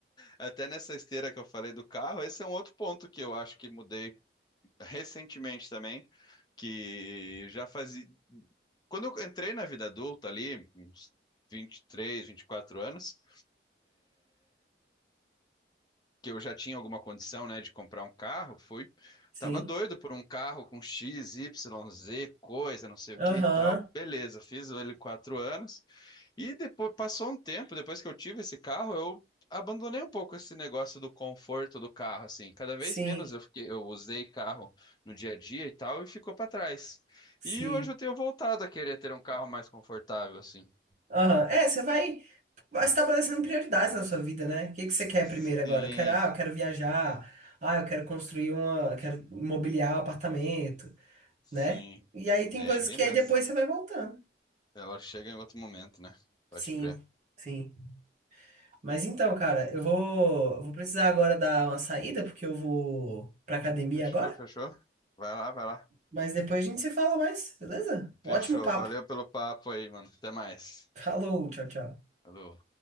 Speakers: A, on the left; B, on the right.
A: Até nessa esteira que eu falei do carro, esse é um outro ponto que eu acho que mudei recentemente também, que já fazia. Quando eu entrei na vida adulta ali, uns 23, 24 anos, que eu já tinha alguma condição, né, de comprar um carro, foi,
B: Sim.
A: tava doido por um carro com X, Y, Z, coisa, não sei o que
B: Aham.
A: e tal. Beleza, fiz ele quatro anos e depois passou um tempo, depois que eu tive esse carro, eu abandonei um pouco esse negócio do conforto do carro, assim. Cada vez
B: Sim.
A: menos eu fiquei, eu usei carro no dia a dia e tal e ficou para trás.
B: Sim.
A: E hoje eu tenho voltado a querer ter um carro mais confortável, assim.
B: Aham. É, você vai, vai estabelecendo prioridades na sua vida, né? O que que você quer
A: Sim,
B: primeiro agora? Eu quero, ah, eu quero viajar. Ah, eu quero construir uma. Eu quero mobiliar o apartamento,
A: sim.
B: né? E aí tem
A: É
B: coisas
A: bem
B: que
A: dessa.
B: aí depois você vai voltando.
A: Ela chega em outro momento, né?
B: Sim.
A: Pode crer.
B: Sim. Mas então, cara, eu vou, eu vou precisar agora dar uma saída, porque eu vou pra academia
A: Fechou,
B: agora.
A: fechou? Vai lá, vai lá.
B: Mas depois a gente se fala mais, beleza? Ótimo
A: Fechou.
B: papo.
A: Valeu pelo papo aí, mano. Até mais.
B: Falou, tchau, tchau.
A: Falou.